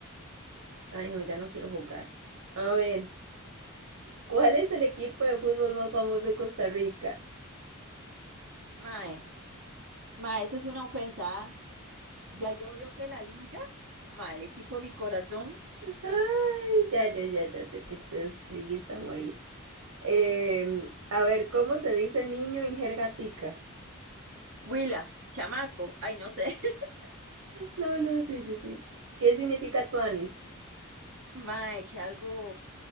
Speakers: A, on the right; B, on the right.
A: Ay, no, ya no quiero jugar. A ver, ¿cuál es el equipo de fútbol más famoso de Costa Rica?
B: Mae, mae, eso es una ofensa. ¿ah? Ya yo veo que la liga, mae, el equipo de mi corazón,
A: Ay, ya, ya, ya, ya sé que ustedes liguista a morir. Em, a ver, ¿cómo se dice niño en jerga tica?
B: Huila, chamaco, ay, no sé, <laughs>
A: No, no, sí, sí, sí. ¿Qué significa tuanis?
B: mae, que algo,